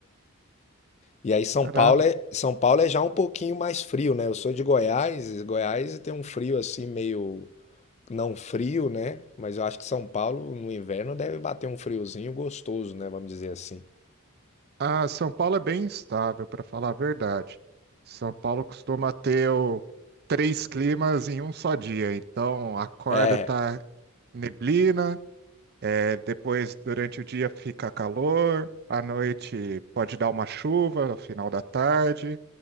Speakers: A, on the left; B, on the right.
A: E aí São
B: Caramba.
A: Paulo é, São Paulo é já um pouquinho mais frio, né? Eu sou de Goiás, e Goiás tem um frio assim meio não frio, né? Mas eu acho que São Paulo no inverno deve bater um friozinho gostoso, né? Vamos dizer assim.
B: Ah, São Paulo é bem instável, para falar a verdade. São Paulo costuma ter o- três climas em um só dia. Então, acorda,
A: É.
B: tá neblina, é, depois, durante o dia, fica calor, à noite pode dar uma chuva, no final da tarde.